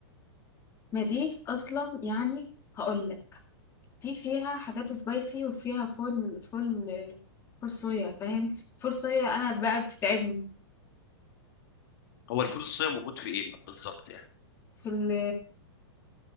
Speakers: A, on the left; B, on the left.
A: ما دي اصلا يعني هقول لك دي فيها حاجات سبايسي وفيها فول فول فول صويا فاهم فول صويا انا بقى بتتعبني
B: هو الفول الصويا موجود في ايه بالظبط يعني
A: في ال